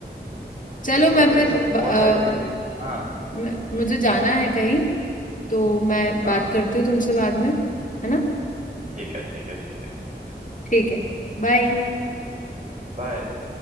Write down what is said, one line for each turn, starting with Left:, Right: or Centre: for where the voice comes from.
Left: चलो मैं
Right: तो
Left: फिर
Right: ऐसे
Left: ब-
Right: बहुत
Left: अ,
Right: सारी चीज हाँ
Left: म- मुझे जाना है कहीं तो मैं
Right: हाँ
Left: बात करती हूँ तुमसे बाद में है ना
Right: ठीक है ठीक है ठीक है
Left: ठीक है बाय
Right: vai